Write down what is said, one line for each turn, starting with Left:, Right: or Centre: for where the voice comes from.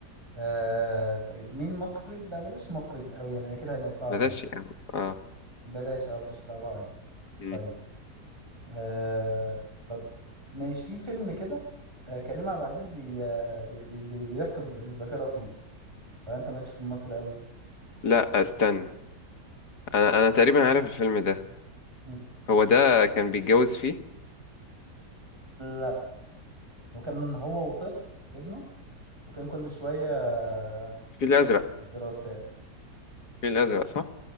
Right: آه طيب مين مخرج لا بلاش مخرج قوي يعني اكيد هيبقى صعب
Left: بلاش
Right: يعني
Left: يا عم اه
Right: بلاش اه بلاش صعبها عليك
Left: مم.
Right: طيب آه طب ماشي في فيلم كده آه كريم عبد العزيز بي آه، بي بي بي بيفقد الذ- الذاكرة فيه ولا انت مالكش في المصري قوي
Left: لا استنى انا انا تقريبا عارف الفيلم ده
Right: مم.
Left: هو ده كان بيتجوز فيه
Right: لا وكان هو وطفل ابنه وكان كل شوية آه،
Left: الفيل الازرق
Right: يفقد الذاكرة بتاعه
Left: الفيل الازرق صح